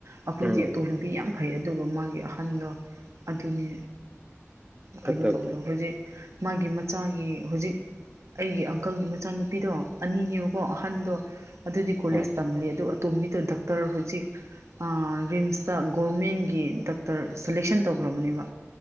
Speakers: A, on the right (about 75°); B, on the right (about 25°).
A: ꯑꯩꯈꯣꯏꯗꯤ
B: ꯎꯝ
A: ꯑꯇꯣꯝꯕꯤ ꯌꯥꯝ ꯐꯩ ꯑꯗꯨꯒ ꯃꯥꯒꯤ ꯑꯍꯟꯗꯣ ꯑꯗꯨꯅꯤ
B: ꯐꯠꯇꯕꯗꯣ
A: ꯀꯩꯅꯣ ꯇꯧꯕꯗꯣ ꯍꯧꯖꯤꯛ ꯃꯥꯒꯤ ꯃꯆꯥꯒꯤ ꯍꯧꯖꯤꯛ ꯑꯩꯒꯤ ꯑꯪꯀꯜꯒꯤ ꯃꯆꯥꯅꯨꯄꯤꯗꯣ ꯑꯅꯤꯅꯦꯕꯀꯣ ꯑꯍꯟꯗꯣ ꯑꯗꯨꯗꯤ ꯀꯣꯂꯦꯖ
B: ꯍꯣꯏ
A: ꯇꯝꯂꯦ ꯑꯗꯨ ꯇꯣꯝꯕꯤꯗ ꯗꯣꯛꯇꯔ ꯍꯧꯖꯤꯛ ꯔꯤꯝꯁꯇ ꯒꯣꯣꯔꯃꯦꯟꯒꯤ ꯗꯣꯛꯇꯔ ꯁꯦꯂꯦꯛꯁꯟ ꯇꯧ ꯭ꯔꯣꯅꯤꯕ